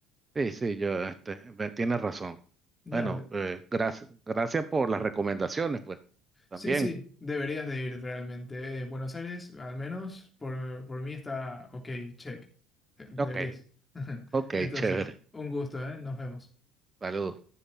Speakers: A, on the right (about 25°); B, on the left (about 20°).
A: Sí, sí, yo, este, ve- tienes razón.
B: Dale.
A: Bueno, eh, gracias, gracias por las recomendaciones, pues. También.
B: Sí, sí, deberías de ir realmente. Eh, Buenos Aires, al menos por, por mí está ok, check. Eh, Deberías.
A: Ok,
B: <laughs>
A: ok,
B: Entonces,
A: chévere.
B: un gusto, ¿eh? Nos vemos.
A: Saludos.